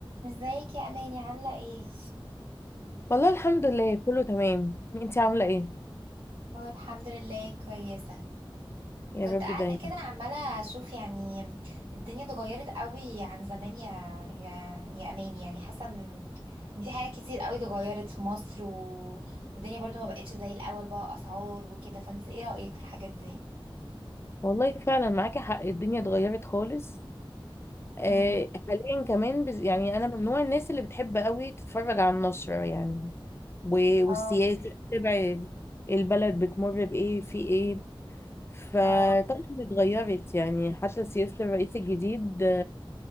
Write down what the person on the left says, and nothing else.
والله الحمد لله كله تمام انتي عاملة ايه
يا
رب
دايما
والله فعلا معاكي حق الدنيا اتغيرت خالص آه
حاليا كمان بز... يعني انا من نوع الناس اللي بتحب قوي تتفرج على النشرة يعني و...
والسياسة تتابع ال- البلد بتمر بايه في ايه فطبعا
اتغيرت يعني حتى سياسة الرئيس الجديد